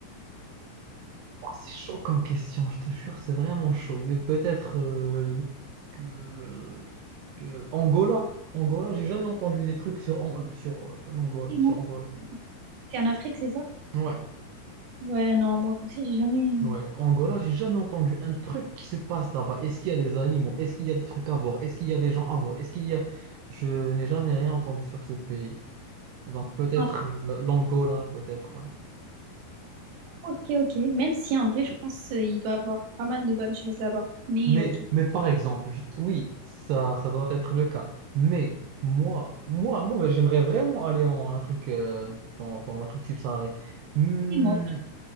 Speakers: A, on the right (about 80°); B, on the right (about 65°).
A: oh, c'est chaud comme question, je te jure, c'est vraiment chaud. Mais peut-être euh, le- que- le- que- Angola. Angola, j'ai jamais entendu des trucs sur, An- sur euh, l'Angola,
B: Et moi,
A: sur Angola.
B: c'est en Afrique, c'est ça?
A: Ouais.
B: Ouais, non, moi aussi, j'ai jamais.
A: Ouais, Angola, j'ai jamais entendu un truc qui se passe là-bas. Est-ce qu'il y a des animaux? Est-ce qu'il y a des trucs à voir? Est-ce qu'il y a des gens à voir? Est-ce qu'il y a... Je n'ai jamais rien entendu sur ce pays. Donc peut-être
B: Ah,
A: euh, l'Angola, peut-être, ouais.
B: ok, ok. Même si en vrai, je pense euh, il doit avoir pas mal de bonnes choses là-bas. Mais
A: Mais,
B: ok.
A: mais par exemple, je- oui, ça, ça doit être le cas. Mais moi, moi, moi, j'aimerais vraiment aller en Afrique, euh, dans, dans l'Afrique subsaharienne. Hmm,
B: c'est moi,